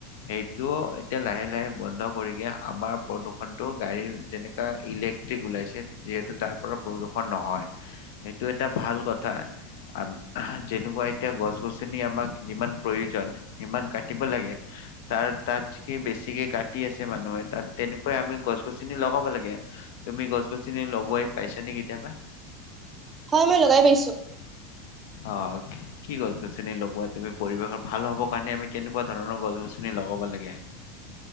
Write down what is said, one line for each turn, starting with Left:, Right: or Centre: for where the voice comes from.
Left: সেইটো এতিয়া লাহে লাহে বন্ধ কৰিকে আমাৰ প্ৰদূষণটো গাড়ীৰ যেনেকুৱা ইলেক্ট্ৰিক ওলাইছে, যিহেতু তাৰপৰা প্ৰদূষণ নহয়। সেইটো এটা ভাল কথা। আব যেনেকুৱা এতিয়া গছ গছ ছনি আমাক যিমান প্ৰয়োজন, সিমান কাটিব লাগে। তাৰ তাত সি বেছিকৈ কাট টি আছে মানুহে। তাত তেনেকুৱাই আমি গছ গছনি লগাব লাগে। তুমি গছ <unintelligible> লগোৱাই পাইছা নে কেতিয়াবা?
Right: হয়, মই লগাই পাইছোঁ।
Left: অ, কি গছ গছনি লগোৱা তুমি, পৰিৱেশৰ ভাল হব কাৰণে আমি কেনেকুৱা ধৰণৰ গছ গছনি লগাব লাগে?